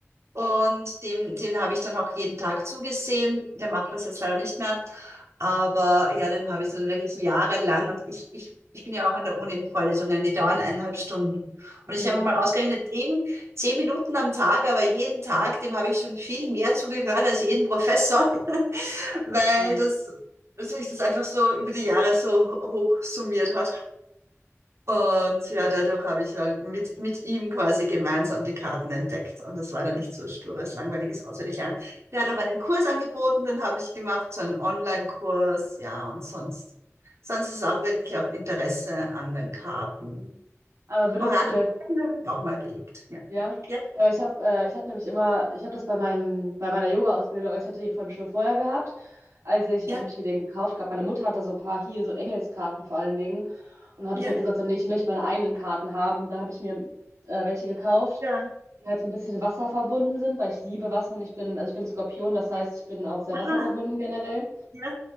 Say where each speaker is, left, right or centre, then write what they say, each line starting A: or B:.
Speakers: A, on the right (about 65°); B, on the right (about 75°).
A: Und dem, dem habe ich dann auch jeden Tag zugesehen. Der macht das jetzt leider nicht mehr. Aber ja, den habe ich dann wirklich jahrelang. Und ich, ich, ich bin ja auch an der Uni in Vorlesungen, die dauern eineinhalb Stunden. Und
B: Okay,
A: ich habe mal ausgerechnet, dem zehn Minuten am Tag, aber jeden Tag, dem habe ich schon viel mehr zugehört als jeden Professor. weil
B: spannend.
A: das sich das einfach so über die Jahre so hoch summiert hat. Und ja, dadurch habe ich halt mit, mit ihm quasi gemeinsam die Karten entdeckt. Und das war dann nicht so stures, langweiliges Auswendiglernen. Der hat auch einen Kurs angeboten, den habe ich gemacht, so einen Online-Kurs, ja, und sonst. Sonst ist auch wirklich auch Interesse an den Karten.
B: Aber würdest
A: Orakelkarten
B: du jetzt
A: habe ich auch mal gelegt, ja.
B: Ja,
A: Ja,
B: ja, aber ich habe äh, ich hatte nämlich immer, ich habe das bei meinem bei meiner Yoga-Ausbildung, also ich hatte die von schon vorher gehabt. Als ich,
A: ja,
B: wann habe ich mir den gekauft gehabt? Meine Mutter hatte so ein paar hier so Engelskarten vor allen Dingen und dann habe
A: ja,
B: ich halt gesagt, so nee, ich möchte meine eigenen Karten haben. Dann habe ich mir äh, welche gekauft,
A: ja.
B: die halt so ein bisschen Wasser verbunden sind, weil ich liebe Wasser und ich bin, also ich bin Skorpion, das heißt, ich bin auch sehr
A: Aha,
B: wasserverbunden generell.
A: ja,